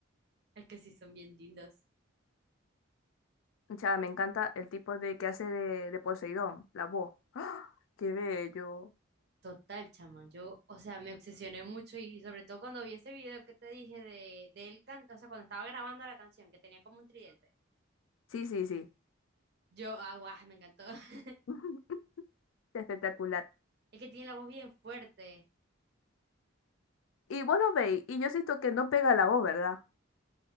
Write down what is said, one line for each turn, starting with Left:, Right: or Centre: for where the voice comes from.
Right: Es que sí son bien lindos.
Left: Chava, me encanta el tipo de que hace de, de Poseidón, la voz. ¡Ah! ¡Qué bello!
Right: Total, chama, yo, o sea, me obsesioné mucho y sobre todo cuando vi ese video que te dije de, de él canta, o sea, cuando estaba grabando la canción, que tenía como un tridente,
Left: Sí, sí, sí,
Right: yo, ah, guau, me encantó. <laughs>
Left: <laughs> espectacular.
Right: Es que tiene la voz bien fuerte.
Left: Y vos lo veis, y yo siento que no pega la voz, ¿verdad?